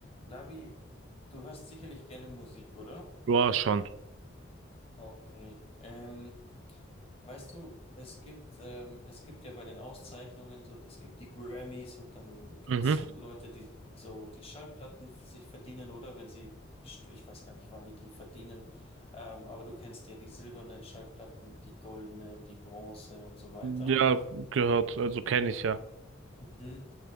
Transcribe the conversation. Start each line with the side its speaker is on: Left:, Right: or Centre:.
Left: Lavi, du hörst sicherlich gerne Musik, oder?
Right: Ja, schon.
Left: Okay. Ähm, weißt du, es gibt, ähm, es gibt ja bei den Auszeichnungen so, es gibt die Grammys und dann gibt's
Right: Mhm.
Left: Leute, die so die Schallplatten f- sich verdienen, oder? Wenn sie, best- ich weiß gar nicht, wann die die verdienen, ähm, aber du kennst ja die silbernen Schallplatten, die goldenen, die Bronze und so weiter.
Right: Ja, gehört. Also kenne ich ja.
Left: Mhm.